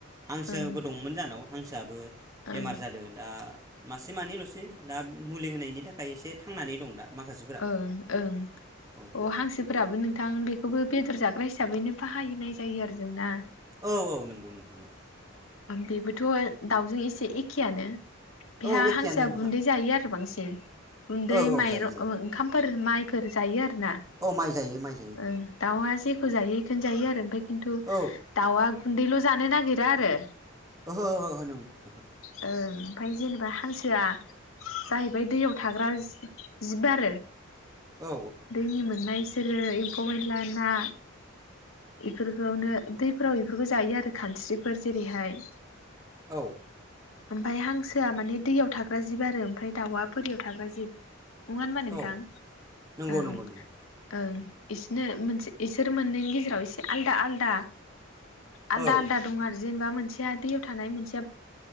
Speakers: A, on the right (about 15°); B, on the left (about 85°).
A: हांसोबो
B: ओं
A: दंमोन जानाव हांसोआबो
B: ओं
A: बेमार जादो दा मासे मानैल'सै दा मुलि होनायनि थाखाय एसे थांनानै दं दा माखासेफोरा
B: ओं ओं
A: औ
B: अ हांसोफोराबो नों थां बेखौबो बेदर जाग्रा हिसाबैनो बाहायनाय जायो आरो जोंना
A: औ औ नोंगौ नोंथां औ
B: बेबोथ' दाउजों एसे एखेयानो बेहा
A: औ एखेयानो
B: हांसोया
A: नोंथां
B: गुन्दै जायो आरो बांसिन गुन्दै
A: औ औ
B: माइरं
A: जायो जायो
B: ओंखामफोर माइफोर जायो आरो ना
A: औ माइ जायो माइ जायो
B: ओं दाउहा जेखौ जायो इखौनो जायो आरो ओमफाय खिन्थु
A: औ
B: दाउ आ गुन्दैल' जानो नागिरा आरो
A: ओहो ओहो नोंथां ओहो
B: ओं ओमफाय जेनेबा हांसोआ जाहैबाय दैयाव थाग्रा जिब आरो
A: औ
B: दैनि मोननाय बिसोरो एम्फौ एनला ना इफोरखौनो दैफोराव इफोरखौ जायो आरो खानस्रिफोर जेरैहाय
A: औ
B: ओमफाय हांसोआ माने दैयाव थाग्रा जिब आरो ओमफ्राय दाउआ बोरियाव थाग्रा जिब नङा होनबा नोंथां
A: औ नंगौ
B: ओं
A: नंगौ नंगौ
B: ओं इसिनो मोनसे इसोर मोननैनि गेजेराव एसे आलदा आलदा आलदा
A: औ
B: आलदा दं आरो जेनेबा मोनसेया दैयाव थानाय मोनस